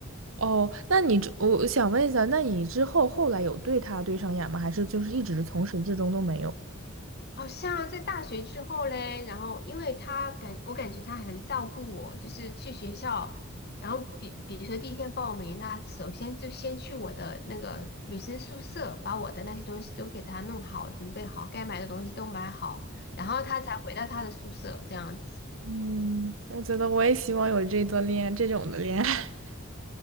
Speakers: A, on the right; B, on the left.
A: 哦，那你之我我想问一下，那你之后后来有对他对上眼吗？还是就是一直从始至终都没有？
B: 好像在大学之后嘞，然后因为他感我感觉他很照顾我，就是去学校，然后比比如说第一天报名，那首先就先去我的那个女生宿舍，把我的那些东西都给他弄好，准备好，该买的东西都买好，然后他才回到他的宿舍这样子。
A: 嗯，我觉得我也希望有这段恋爱，这种的恋爱。